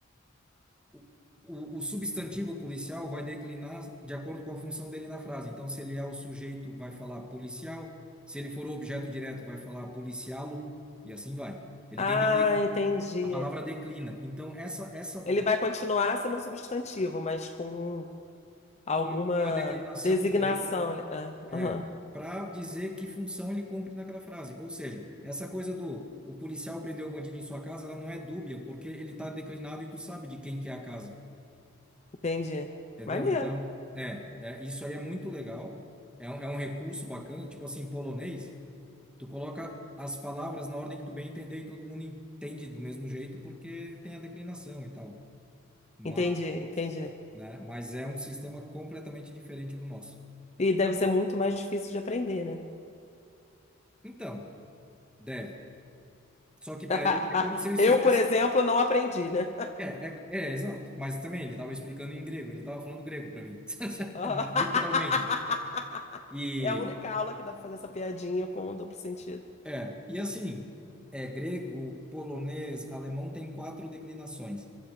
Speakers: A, in the centre; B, on the left.
A: o, o, o substantivo policial vai declinar de acordo com a função dele na frase. Então, se ele é o sujeito, vai falar policial. Se ele for o objeto direto, vai falar policialum, e assim vai. Ele
B: Ah,
A: tem declinações
B: entendi.
A: A palavra declina. Então, essa, essa
B: Ele vai continuar sendo um substantivo, mas com alguma
A: com uma declinação
B: designação.
A: diferente
B: né? Ah,
A: é
B: Aham,
A: para dizer que função ele cumpre naquela frase. Ou seja, essa coisa do o policial prendeu o bandido em sua casa, ela não é dúbia, porque ele está declinado e tu sabe de quem que é a casa.
B: entendi.
A: Entendeu?
B: Maneiro.
A: Então, é, é isso aí é muito legal. É um, é um recurso bacana. Tipo assim, em polonês, tu coloca as palavras na ordem que tu bem entender e todo mundo entende do mesmo jeito, porque tem a declinação e tal. Mas,
B: Entendi, entendi.
A: né, mas é um sistema completamente diferente do nosso.
B: E deve ser muito mais difícil de aprender, né?
A: Então, deve. Só que para
B: <laughs>
A: ele é como se eles
B: Eu,
A: fizessem.
B: por exemplo, não aprendi, né?
A: É, é, é, exato. Mas também ele estava explicando em grego, ele estava falando grego para mim, <laughs>
B: Ah,
A: né? Literalmente.
B: <laughs>
A: E
B: É a única aula que dá pra fazer essa piadinha com duplo sentido.
A: é, e assim, é grego, polonês, alemão tem quatro declinações.